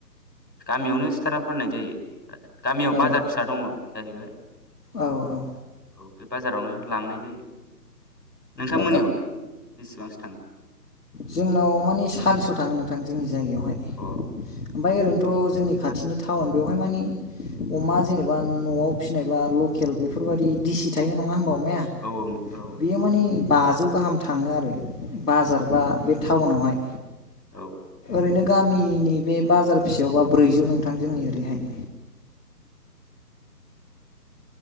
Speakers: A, on the left (about 85°); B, on the left (about 65°).
A: गामियावनो सिथारना फाननाय जायो। गामियाव
B: औ
A: बाजार फिसा दङ जाहैबाय
B: औ औ
A: औ बे बाजारावनो, लांनाय जायो। नोंथां
B: दा
A: मोननियावलाय बेसेबांसो थाङो
B: जोंनाव मानि सारिस' थाङो नोंथां जोंनि जायगायावहाय
A: अ
B: ओमफ्राय ओरैनोथ' जोंनि, खाथिनि टाउन बेवहाय माने, अमा जेनेबा न'आव फिसिनायबा लकेल बेफोरबायदि दिसि थायो नङा होमबा अमाया
A: औ औ
B: बेयो माने बाजौ गाहाम थाङो आरो
A: औ होमबाथ'
B: बार बा बे टाउनावहाय
A: औ
B: ओरैनो गामिनि बे बाजार फिसायावबा ब्रैजौ नोंथां जोंनि ओरैहाय